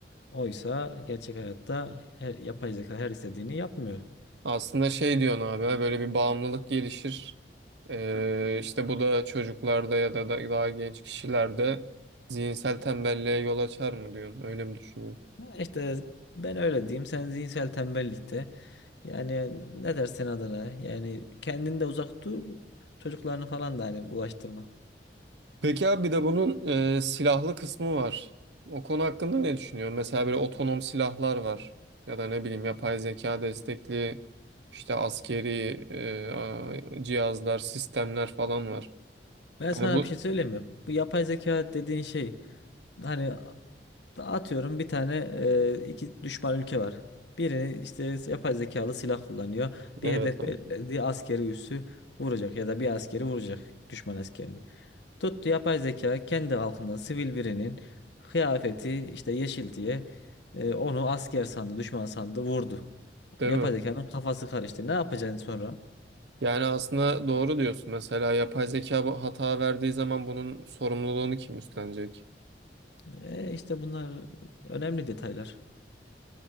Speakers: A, on the left (about 75°); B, on the right (about 75°).
A: Oysa gerçek hayatta her, yapay zeka her istediğini yapmıyor.
B: Aslında şey diyorsun abi böyle bir bağımlılık gelişir. Ee, işte bu da çocuklarda ya da da- daha genç kişilerde zihinsel tembelliğe yol açar mı diyorsun? Öyle mi düşünüyorsun?
A: Ha İşte ben öyle diyeyim. Sen zihinsel tembellikte. Yani ne dersen adına. Yani kendinde uzak dur. Çocuklarını falan da hani bulaştırma.
B: Peki abi bir de bunun e, silahlı kısmı var. O konu hakkında ne düşünüyorsun? Mesela böyle otonom silahlar var. Ya da ne bileyim yapay zeka destekli işte askeri e, a- cihazlar, sistemler falan var.
A: Ben sana
B: Hani bu
A: bir şey söyleyeyim mi? Bu yapay zeka dediğin şey hani Atıyorum bir tane e, iki düşman ülke var. Biri işte yapay zekalı silah kullanıyor.
B: evet
A: Bir hedef
B: abi.
A: belirledi. Askeri üssü vuracak ya da bir askeri vuracak düşman askerini. Tuttu yapay zeka kendi halkından sivil birinin kıyafeti işte yeşil diye e, onu asker sandı, düşman sandı, vurdu.
B: Değil
A: Yapay
B: mi?
A: zekanın kafası karıştı. Ne yapacaksın sonra?
B: Yani aslında doğru diyorsun. Mesela yapay zeka bu hata verdiği zaman bunun sorumluluğunu kim üstlenecek?
A: E, işte bunlar önemli detaylar.